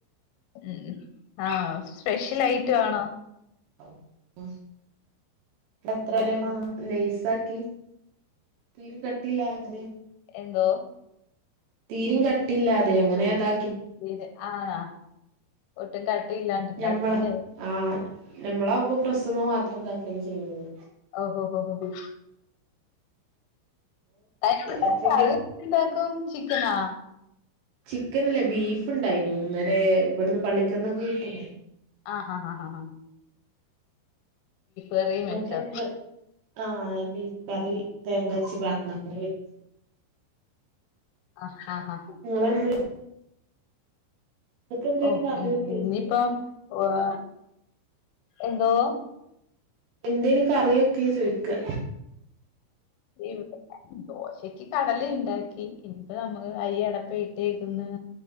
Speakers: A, on the left; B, on the right.
A: ഉം ആഹ് സ്പെഷ്യൽ ഐറ്റവാണോ
B: ഔ അഹ് ണ്ട് അത്ര
A: ആഹ്
B: വെരെക്കും
A: ആഹ്
B: നെയ്സാക്കി തീരിം കട്ടില്ലാതെ
A: എന്തോ
B: തീരിം കട്ടില്ലാതെ അങ്ങനെ അതാ
A: തീരെ ആണാ ഒട്ടും കട്ടിഇല്ലാണ്ട് ഇണ്ടാക്കുംല്ലേ
B: ഞമ്മള ആഹ് ഞമ്മളാവുമ്പൊ പ്രസ്സ്മ്മെ മാത്രം ഇതാക്കല്ലെ ചെയ്യൊള്ളു.
A: ഓഹോ ഹോ ഹോ ഹോ അയ്ക്ക്‌
B: എത്ര
A: കറിഎന്ത്ണ്ടാക്കും ചിക്കനാ
B: ചിക്കൻല്ല ബീഫ് ഇണ്ടായിനു ഇന്നെലെ ഇവട്ന്ന് പള്ളിക്കന്നൊക്കെ കിട്ടൂലെ
A: ആഹ് ഹാ ഹാ ഹാ ഹാ കറിയും
B: ഇന്നെട്ട്ന്ത്
A: വെച്ചോ
B: ആഹ് ബീഫ് കറി തേങ്ങര്ച്ച് പാർന്നാണ്ട് അങ്ങനെ വെച്ച്
A: അഹ് ഹാ ഹാ
B: ന്നിങ്ങളെന്തേയ് എന്തേനു
A: ഓഹ്
B: കറി
A: ഇയിപ്പം
B: ചോയിച്ച്
A: ഹു എഹ് എന്തോ
B: എന്തേയ്നു കറിയൊക്കെ ചോയ്ക്ക.
A: ഇവ്ടെ ദോശക്ക് കടലെ ഇണ്ടാക്കി ഇനിയിപ്പോ ന്നമ്മള് അരി അടപ്പേ ഇട്ടേക്ക്‌ന്ന്